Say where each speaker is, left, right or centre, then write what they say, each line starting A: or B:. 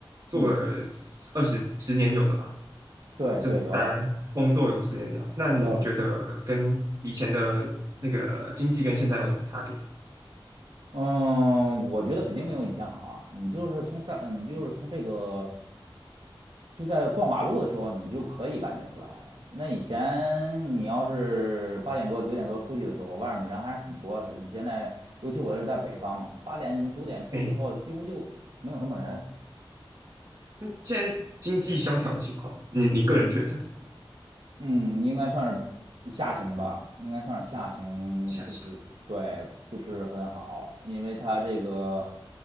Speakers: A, on the right; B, on the right.
A: 做了
B: 嗯，
A: 二十十年有了吧？
B: 对对，
A: 就单工作有十年了，
B: 有了
A: 那你觉得跟以前的那个经济跟现在有什么差别？
B: 有了。嗯，我觉得肯定没有以前好啊。你就是从大，嗯你就是从这个。就在逛马路的时候，你就可以感觉出来。那以前你要是八点多九点多出去的时候，外面人还是很多的。你现在，尤其我是在北方嘛，八点九点出去以后，
A: 哎，
B: 几乎就没有什么人。
A: 那现在经济萧条的情况，你你个人觉得
B: 嗯，应该算是下行吧，应该算是下行，
A: 下行？
B: 就是对，不是很好，因为它这个，